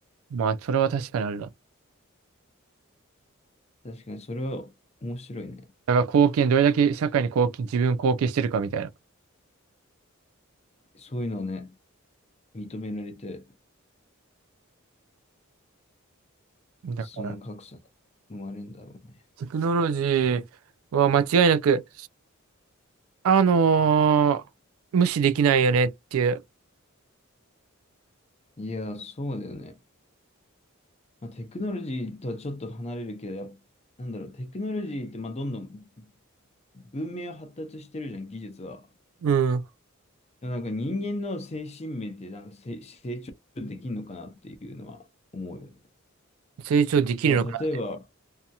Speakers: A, on the right; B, on the left.
A: まあ、それは確かにあるな。だ
B: 確かにそれは面白いね。
A: から貢献、どれだけ社会に貢献、自分貢献してるかみたいな。
B: そういうのをね、認められて、
A: だから、
B: その格差が生まれるんだろうね。
A: テクノロジーは間違いなく、あのー無視できないよねっていう、
B: いやー、そうだよね。まあ、テクノロジーとはちょっと離れるけど、やっ、なんだろう、テクノロジーってまあどんどん文明は発達してるじゃん、技術は。
A: うん。
B: でもなんか人間の精神面ってなんかせ成長できるのかなっていうのは思うよね。
A: 成長できるのかな。
B: なんか例えば、